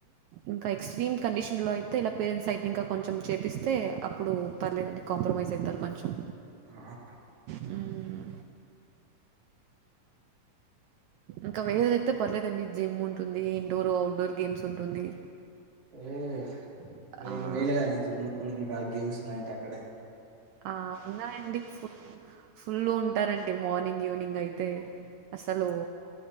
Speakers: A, on the right; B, on the right.
A: ఇంకా ఎక్స్ట్రీమ్ కండిషన్ లో అయితే ఇలా పేరెంట్స్ సైడ్ ఇంకా కొంచెం చేపిస్తే అప్పుడు పర్లేదండి కాంప్రమైజ్ అయితారు కొంచెం
B: ఆహా
A: హ్మ్. ఇంకా వేరేది అయితే పర్లేదండి జిమ్ ఉంటుంది ఇండోర్ అవుట్డోర్ గేమ్స్ ఉంటుంది.
B: ఓహ్
A: ఆహ్,
B: ఇంగ మేలేనండి జిమ్ ఇంకా గేమ్స్ లాటి ట్టక్కడె
A: ఆ అవునండి ఫుల్లు ఫుల్లుంటారా అండి మార్నింగ్ ఈవినింగ్ అయితే అసలు